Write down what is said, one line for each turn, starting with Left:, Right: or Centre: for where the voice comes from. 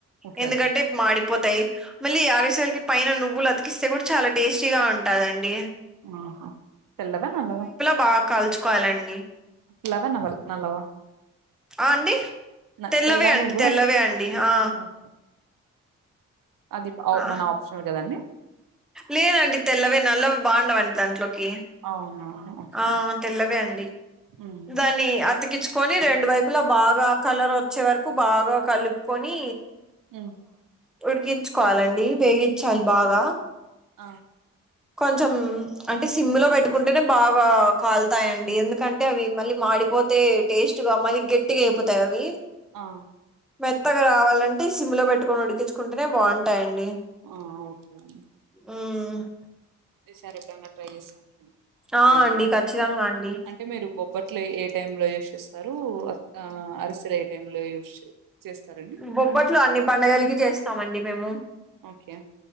Right: ఓకే
Centre: ఎందుకంటే
Right: ఓకే
Centre: మాడిపోతాయి మళ్ళీల ఆరిసలకి పైన నువ్వులు అ సిమిడి చాలా టేస్టీగా ఉంటాదండి
Right: ఆహా తెల్లవ నల్లవ
Centre: బా కాల్చుకోవాలండి
Right: తెల్లవా నల్లవా
Centre: ఆ అండి
Right: న-
Centre: తెల్లవే
Right: తెల్ల
Centre: అండి
Right: నువ్వుల
Centre: తెల్లవే అండి ఆ
Right: ఓకే అది
Centre: ఆ
Right: మన ఆప్షనల్ కదండి
Centre: లేదండి తెల్లవే నల్లవి బావుండవండి దాంట్లోకి
Right: అవునా ఓకే
Centre: ఆ తెల్లవే అండి
Right: ఉమ్
Centre: దాని దాన్ని అతికిచ్చుకొని రెండు వైపులా బాగా ఆ కలర్ వచ్చే వరకు బాగా కలుపుకొని
Right: మ్
Centre: ఉడికించుకోవాలండి వేగించాలి బాగా
Right: ఆ
Centre: కొంచెం అంటే సిమ్ లో పెట్టుకుంటేనే బాగా కాల్తాయండి ఎందుకంటే అవి మళ్ళీ మాడిపోతాయ్ తే టేస్ట్ గా మరి గట్టిగా అయిపోతాయ అవి
Right: ఆ
Centre: మెత్తగా రావాలంటే సిమ్ లో పెట్టుకొని ఉడికించుకుంటేనే బావుంటాయండి
Right: మ్ ఓకేండి
Centre: మ్
Right: సరే ఎపుడైన ట్రై చేస్తానేను ఇవి
Centre: ఆ
Right: రెండు
Centre: అండి ఖచ్చితంగా అండి
Right: అంటే మీరు బొబ్బట్లు ఏ టైమ్ లో యూజ్ చేస్తారు అరిసెలు ఏ టై లో యూస్ చేస్తారు
Centre: బొబ్బట్లు అన్ని పండుగలకి చేస్తామండి మేము
Right: ఓకే